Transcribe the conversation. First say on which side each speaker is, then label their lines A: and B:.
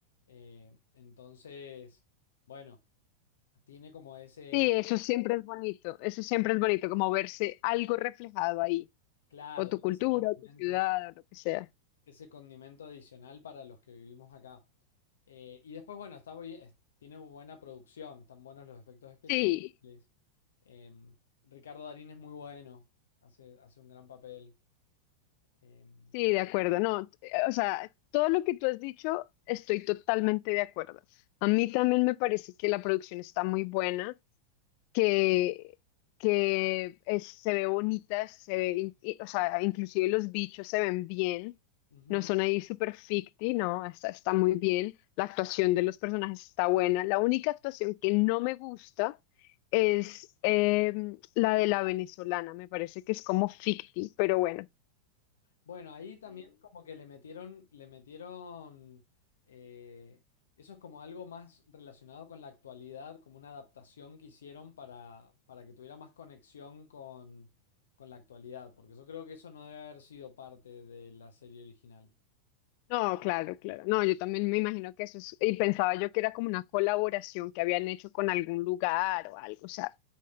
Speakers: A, on the left (about 65°); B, on the left (about 45°).
A: Eh, entonces, bueno, tiene como ese,
B: Sí, eso siempre es bonito, eso siempre es bonito, como verse algo reflejado ahí,
A: claro,
B: o tu
A: tiene
B: cultura,
A: ese condimento,
B: o tu ciudad, o lo que sea.
A: ese condimento adicional para los que vivimos acá. Eh, y después, bueno, está muy- es- tiene buena producción, están buenos los efectos especiales.
B: Sí.
A: Em, Ricardo Darín es muy bueno, hace, hace un gran papel. Em,
B: Sí, de acuerdo. No, t- eh, o sea, todo lo que tú has dicho, estoy totalmente de acuerdo. A mí también me parece que la producción está muy buena, que, que es- se ve bonita, se ve, in- y- o sea, inclusive los bichos se ven bien,
A: ujú.
B: no son ahí súper ficti, no, está, está muy bien. La actuación de los personajes está buena. La única actuación que no me gusta es em, la de la venezolana, me parece que es como ficti, pero bueno.
A: Bueno, ahí también como que le metieron, le metieron, eh, eso es como algo más relacionado con la actualidad, como una adaptación que hicieron para, para que tuviera más conexión con, con la actualidad, porque yo creo que eso no debe haber sido parte de la serie original.
B: No, claro, claro. No, yo también me imagino que eso es, y pensaba yo que era como una colaboración que habían hecho con algún lugar o algo. O sea,